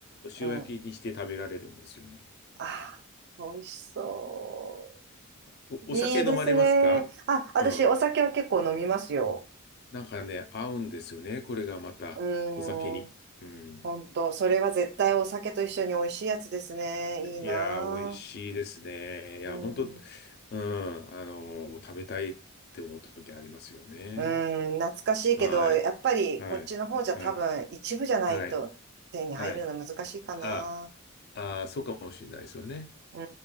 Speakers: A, on the left; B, on the right.
A: 塩焼きにして食べられるんですよね。
B: うん。あー、美味しそ
A: お、
B: う。
A: お酒飲まれますか
B: いいですね。あ、私、
A: うん。
B: お酒は結構飲みますよ。
A: なんかね、合うんですよね。これがまたお酒に。
B: うーん、
A: うん。
B: ほんと、それは絶対お酒と一緒に美味しいやつですね。いいな
A: いやー、美味しいですね。いや、
B: ぁ。うん
A: 本当、うん、あのー食べたいって思った時ありますよね。
B: うーん、懐かしいけど、
A: はい。
B: やっぱりこっちの方じゃ多分一部じゃないと手に入るの難しいかな。
A: はい。はい。はい。はい。あ、ああ、そうかもしれないですよね。
B: うー